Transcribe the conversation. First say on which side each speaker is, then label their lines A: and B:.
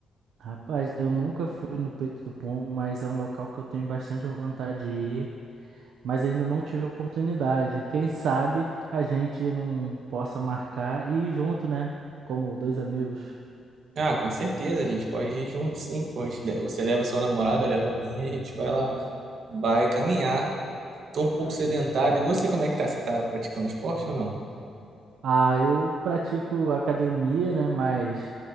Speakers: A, on the right; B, on the right.
A: Rapaz, eu nunca fui no Peito do Pombo, mas é um local que eu tenho bastante vontade de ir, mas ainda não tive oportunidade. Quem sabe a gente não possa marcar e ir junto, né? Como dois amigos.
B: Ah, com certeza, a gente pode ir junto, sim. Pois você leva sua namorada, eu levo a minha, e a gente vai lá, vai caminhar. Tô um pouco sedentário. E você, como é que tá? Você tá praticando esporte ou não?
A: Ah, eu pratico academia, né? Mas